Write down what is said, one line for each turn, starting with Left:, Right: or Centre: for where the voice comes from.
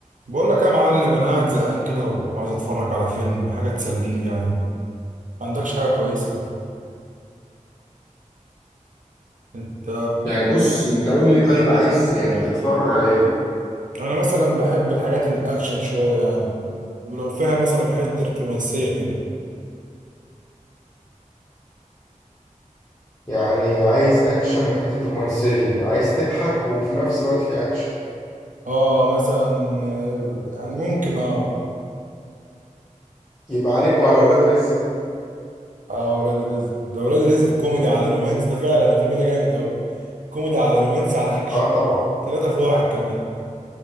Right: بقول لك يا معلم انا قاعد زهقان كده وعايز اتفرج على فيلم حاجه تسليني يعني ما عندكش حاجه كويسه انت
Left: يعني بص انت قول لي طيب عايز يعني تتفرج على ايه
Right: انا مثلا بحب الحاجات الاكشن شويه يعني ولو فيها مثلا حته رومانسيه كده
Left: يعني عايز اكشن وحتة رومانسية عايز تضحك وفي نفس الوقت في اكشن
Right: اه مثلا آه، يعني ممكن اه
Left: يبقى عليك وعلى اولاد رزق
Right: اه ولاد رزق ده ولاد رزق كوميدي على رومانس ده فعلا الفيلم ده جامد قوي كوميدي على رومانس على اكشن
Left: اه طبعا
Right: ثلاثة في واحد كمان